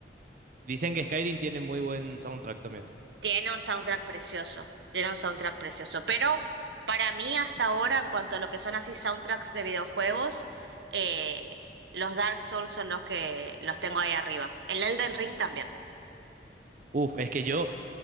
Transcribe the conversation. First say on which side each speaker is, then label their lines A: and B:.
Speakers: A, on the right (about 45°); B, on the right (about 85°).
A: Dicen que Skyrim tiene muy buen soundtrack también.
B: Tiene un soundtrack precioso, tiene un soundtrack precioso, pero para mí hasta ahora, en cuanto a lo que son así soundtracks de videojuegos, eh, los Dark Souls son los que los tengo ahí arriba. El Elden Ring también.
A: Uf, es que yo,